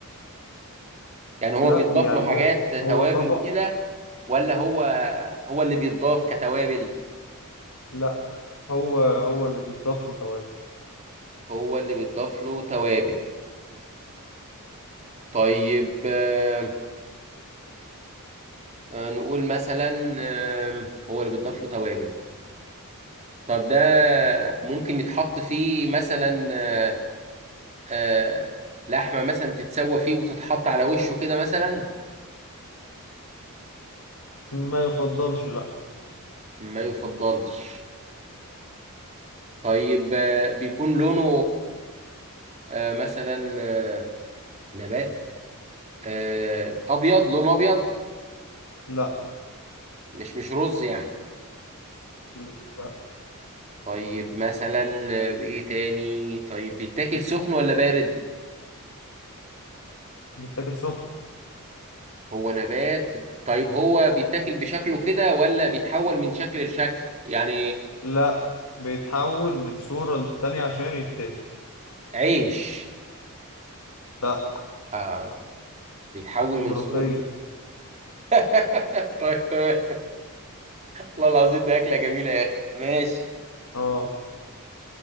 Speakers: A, on the right; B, on the left.
A: يعني هو
B: لا
A: بيضاف
B: يعني
A: له حاجات
B: هو
A: توابل
B: هو طبق
A: وكده ولا هو هو اللي بيضاف كتوابل
B: لا هو هو اللي بيتضاف له توابل
A: هو اللي بيضاف له توابل طيب آه آه، نقول مثلا آه هو اللي بيضاف له توابل طب ده ممكن يتحط فيه مثلا آه آه لحمة مثلا تتسوى فيه وتتحط على وشه كده مثلا
B: ما يفضلش لا
A: ما يفضلش طيب آه، بيكون لونه آه، مثلا آه، نبات آه، ابيض لونه ابيض
B: لا
A: مش مش رز يعني
B: لا
A: طيب مثلا آه، ايه تاني طيب بيتاكل سخن ولا بارد
B: بيتاكل سخن
A: هو نبات طيب هو بيتاكل بشكله كده ولا بيتحول من شكل لشكل يعني
B: لا بيتحول من صورة للتانية عشان يتاكل
A: عيش
B: لا
A: اه بيتحول من
B: ملوخية
A: صورة <laughs> طيب تمام والله العظيم ده أكلة جميلة يا أخي ماشي
B: اه